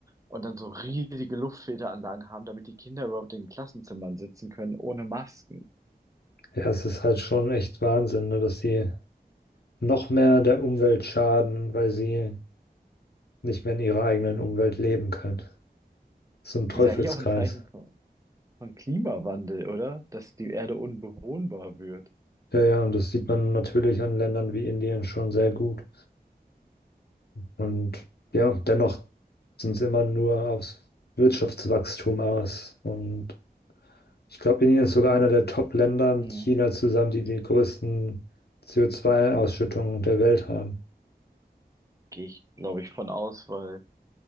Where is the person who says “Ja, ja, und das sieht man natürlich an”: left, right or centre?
Left